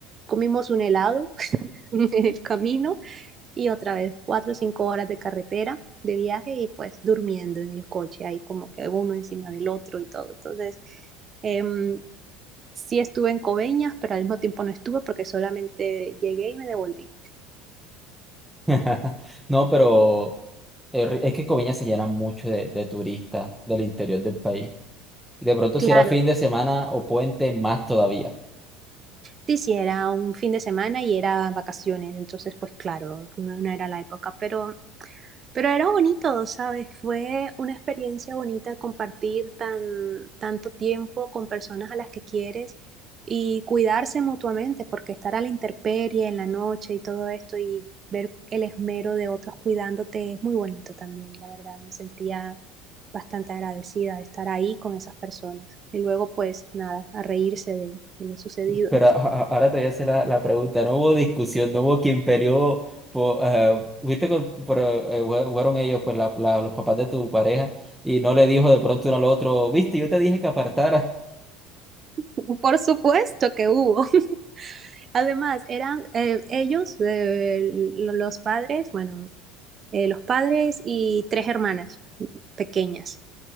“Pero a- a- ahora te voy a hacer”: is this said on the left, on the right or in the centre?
Centre